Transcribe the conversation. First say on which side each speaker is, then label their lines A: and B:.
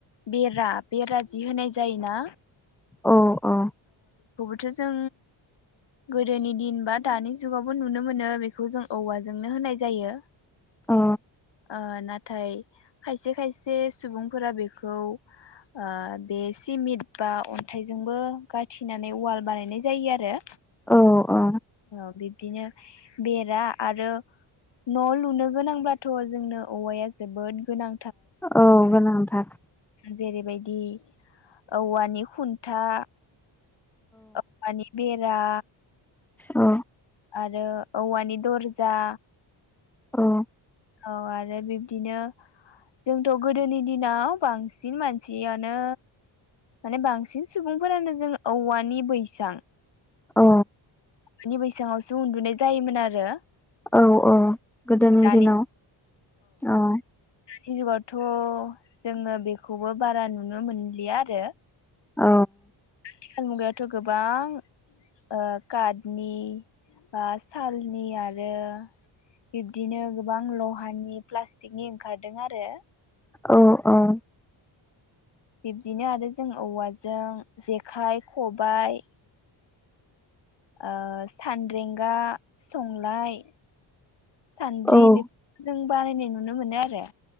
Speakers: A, on the left; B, in the centre.
A: बेरा बेरा जि होनाय जायोना?
B: औ। औ
A: थ जों गोदोनि दिन बा दानि जुगावबो नुनो मोनो बेखौ जों औवाजोंनो होनाय जायो।
B: औ
A: ओ नाथाय खायसे खायसे सुबुंफोरा बेखौ ओ बे सिमिट बा अन्थाइजोंबो गाथिनानै वाल बानायनाय जायो आरो
B: औ। औ
A: औ बिब बिदिनो बेरा आरो न लुनो गोनांब्लााथ जोंनो औवाया जोबोद गोनां
B: औ गोनांथार।
A: जेरैबायदि औवानि खुन्था औवानि बेक रा।
B: अ
A: आरो औवानि दरजा।
B: औ
A: औ आरो बिब्दिनो जोंथ गोदोनि दिनाव बांसिन मानसियानो माने बांसिन सुबुंफोरानो जों औवानि बैसां
B: अ
A: मानि बैसेङावसो उन्दुनाय जायोमोन आरो
B: औ औ गोदोनि
A: दानि
B: दिनाव औ।
A: जि जुगावथ जोङो बेखौबो बारा नुनो मोनलिया आरो
B: अ
A: आथिखाल मुगायावथ गोबां ओ काटनि ओ सालनि आरो बिब्दिनो गोबां लहानि प्लास्टिकनि ओंखारदों आरो आरो
B: औ औ।
A: बिब्दिनो आरो जों औवाजों जेखाइ -खबायाइ ओ सानरेंगा, संलाय सान्द्रि
B: औ
A: बेफोर जों बानायनाय नुनो मोनो आरो